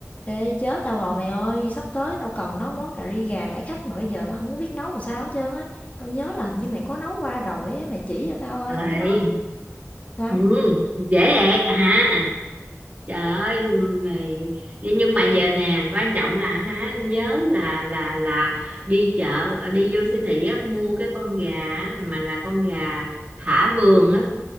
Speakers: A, on the left; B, on the right.
A: Ê chết tao rồi mày ơi, sắp tới tao cần nấu món cà ri gà đãi khách mà bây giờ tao không có biết nấu làm sao hết trơn á. Tao nhớ là hình như mày có nấu qua rồi á, mày chỉ cho tao thôi,
B: Rồi.
A: cái đó sao?
B: Ừ, dễ ẹc hả? Trời ơi mày đi nhưng mà về nè, quan trọng là hả nhớ là là là đi chợ đi vô siêu thị á mua cái con gà á, mà là con gà thả vườn á,